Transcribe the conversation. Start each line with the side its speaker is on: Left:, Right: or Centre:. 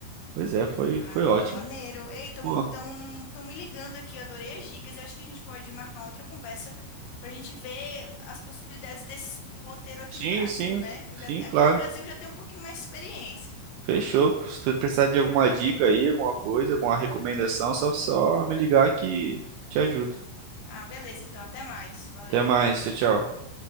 Right: Pois é, foi,
Left: Ah,
Right: foi ótimo.
Left: pô, maneiro. Ei, tão,
Right: Pô,
Left: tão, tão me ligando aqui, eu adorei as dicas. Eu acho que a gente pode marcar uma outra conversa pra gente ver as possibilidades desse roteiro aqui
Right: sim,
Left: no Brasil,
Right: sim,
Left: né? Eu já,
Right: sim,
Left: aqui
Right: claro.
Left: no Brasil eu já tenho um pouquinho mais de experiência.
Right: Fechou. Se você precisar de alguma dica aí, alguma coisa, alguma recomendação, só, só me ligar que te ajudo.
Left: Ah, beleza, então, até mais. Valeu.
Right: Até mais, tchau, tchau.